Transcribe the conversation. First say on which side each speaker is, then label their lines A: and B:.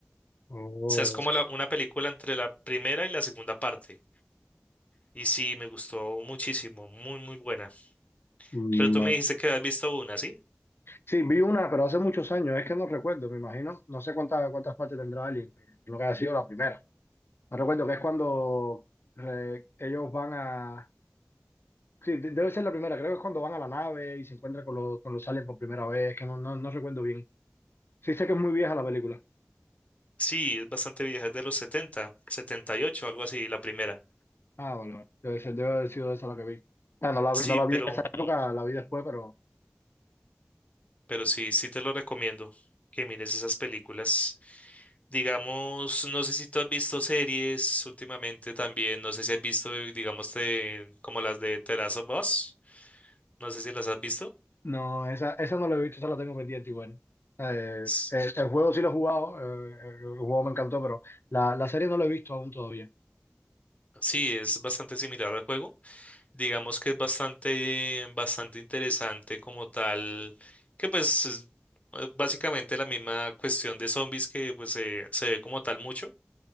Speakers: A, on the left; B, on the left.
A: Oh,
B: O sea, es como la- una película entre la primera y la segunda parte. Y sí, me gustó muchísimo, muy, muy buena.
A: mm,
B: Pero tú
A: vale.
B: me dijiste que has visto una, ¿sí?
A: Sí, vi una, pero hace muchos años, es que no recuerdo, me imagino, no sé cuántas cuántas partes tendrá Alien, pero creo que ha sido la primera. No recuerdo que es cuando eh, ellos van a... Sí, de- debe ser la primera, creo que es cuando van a la nave y se encuentran con los, con los aliens por primera vez, que no, no, no recuerdo bien. Sí sé que es muy vieja la película.
B: Sí, es bastante vieja, es de los setenta, setenta y ocho, algo así, la primera.
A: Ah, vale, vale. Debe ser, debe haber sido esa la que vi. Ah, no la
B: Sí,
A: vi, no la
B: pero,
A: vi en esa época, la vi después, pero...
B: pero sí, sí te lo recomiendo que mires esas películas. Digamos, no sé si tú has visto series últimamente también, no sé si has visto, eh, digamos, te- como las de The Last of Us, no sé si las has visto.
A: No, esa, esa no la he visto, esa la tengo pendiente igual. Eh,
B: S-
A: el, el juego sí lo he jugado, eh, el, el juego me encantó, pero la, la serie no la he visto aún todavía.
B: Sí, es bastante similar al juego. Digamos que es bastante, bastante interesante como tal, que pues es eh, básicamente la misma cuestión de zombies que pues se, se ve como tal mucho,